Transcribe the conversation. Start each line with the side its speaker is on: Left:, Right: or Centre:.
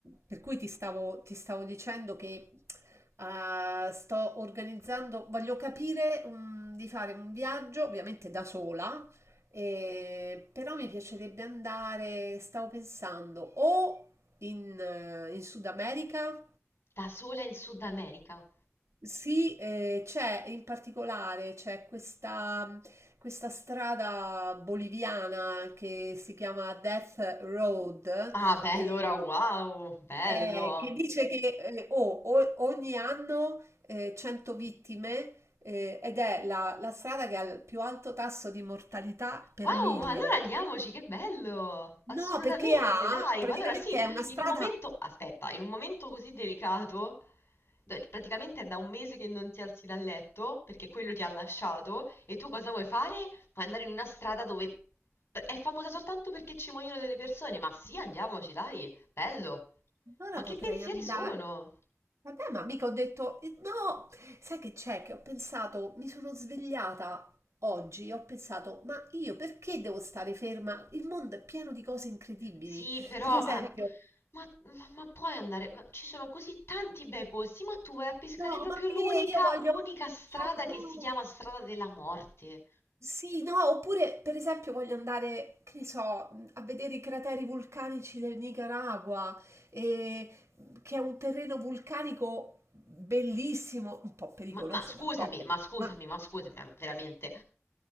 Right: Per cui ti stavo, ti stavo dicendo che eh, sto organizzando, voglio capire mm, di fare un viaggio, ovviamente da sola, eh, però mi piacerebbe andare, stavo pensando, o in, eh, in Sud America.
Left: Da sola in Sud America.
Right: Sì, eh, c'è in particolare c'è questa, questa strada boliviana che si chiama Death Road.
Left: Ah, beh,
Right: e
Left: allora wow, bello.
Right: eh, che dice che eh, oh, o- ogni anno eh, 100 vittime eh, ed è la, la strada che ha il più alto tasso di mortalità per
Left: Wow,
Right: miglio.
Left: ma allora andiamoci, che bello! Assolutamente,
Right: No, perché ha
Left: dai,
Right: praticamente
Left: ma allora sì,
Right: è una strada.
Left: in un momento, aspetta, in un momento così delicato, da- praticamente è da un mese che non ti alzi dal letto, perché quello ti ha lasciato, e tu cosa vuoi fare? Vuoi andare in una strada dove è famosa soltanto perché ci muoiono delle persone, ma sì, andiamoci, dai, bello.
Right: Allora
Left: Ma che
Right: potrei
Left: pensieri
Right: andare.
Left: sono?
Right: Vabbè, ma mica ho detto eh, no. Sai che c'è? Che ho pensato, mi sono svegliata. Oggi ho pensato, ma io perché devo stare ferma? Il mondo è pieno di cose incredibili.
Left: Sì, però...
Right: Per
Left: ah,
Right: esempio,
Left: ma, ma- ma puoi andare... ma ci sono così tanti bei posti, ma tu vai a pescare
Right: no,
Left: proprio
Right: ma che
Left: l'unica,
Right: io voglio,
Left: l'unica strada
Right: No,
Left: che
Right: no,
Left: si chiama strada della morte.
Right: Sì, no, oppure per esempio voglio andare, che ne so, a vedere i crateri vulcanici del Nicaragua, e- che è un terreno vulcanico bellissimo, un po' pericoloso,
Left: Ma, ma scusami,
Right: d'accordo,
Left: ma scusami,
Right: ma ah,
Left: ma scusami, ma veramente.